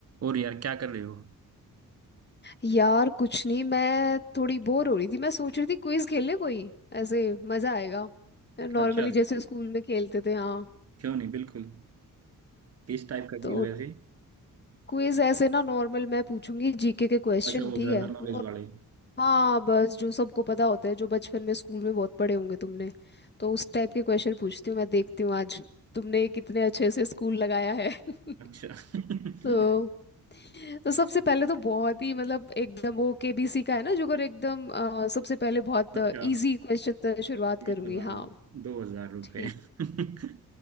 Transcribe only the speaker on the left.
यार कुछ नहीं मैं थोड़ी बोर हो रही थी मैं सोच रही थी क्विज खेल ले कोई ऐसे मजा आएगा नॉर्मली
जैसे स्कूल में खेलते थे हाँ
तो
क्विज ऐसे ना नॉर्मल मैं पूछूंगी जीके के क्वेश्चन
ठीक
है
हाँ बस जो सबको पता होता है जो बचपन में स्कूल में बहुत पढ़े होंगे तुमने तो उस टाइप के क्वेश्चन पूछती हूँ मैं देखती हूँ आज तुमने कितने अच्छे से स्कूल लगाया है <laughs>
तो तो सबसे पहले तो बहुत ही मतलब एकदम वो केबीसी का है ना जो अगर एकदम अ, सबसे पहले बहुत
इजी क्वेश्चन से शुरुआत
करूंगी
हाँ
ठीक